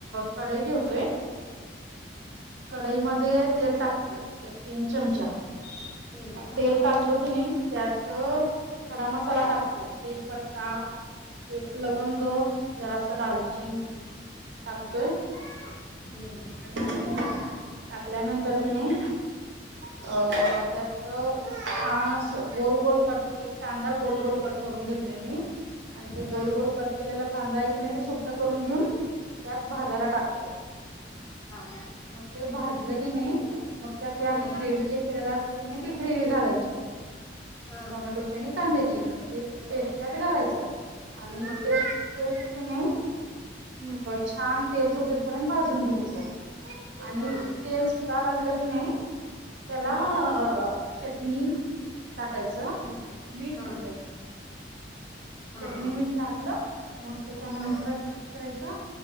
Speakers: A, on the right (about 85°); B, on the left (about 20°).
A: कडई ठेवतोय कढाईमध्ये तेल टाकतोय एक तीन चमचा
B: हम्म हम्म हम्म हा हम्म हम्म
A: तेल टाक टाकलो की नाही त्यात खडा मसाला टाकतोय तेजपत्ता एक लवंग
B: हम्म
A: जरा असं दालचीन
B: हम्म
A: टाकतोय
B: हम्म
A: आणि टाकल्यानंतर कि नाही अ त्यात छान अस गोल गोल कट एक कांदा गोल गोल कट करून घेतोय मी आणि ते
B: हा
A: गोल गोल कट केलेला कांदा आहे की नाही सुक करून घेऊन त्यात भाजायला टाकते
B: हा हम्म
A: मग ते भाजलं की नाही मग त्यात आम्ही
B: हा
A: ग्रेवही जे केलेला असते की नाही ते ग्रेवी घालायची
B: हा
A: टोमॅटोची आणि कांद्याची ते पेस्टत घालायचं आणि
B: हा
A: ते की नाही
B: हम्म
A: छान तेल सुटेसपर्यंत भाजून घ्यायच आणि
B: हा
A: तेल सुटाय लागलं की नाही त्याला
B: हम्म
A: अ चटणी टाकायचं
B: हम्म
A: मीठ
B: हा
A: टाकायचं
B: हा
A: चटणी
B: हा
A: मीठ टाकलं मग त्याच्या नंतर
B: हा
A: आता काय करायचं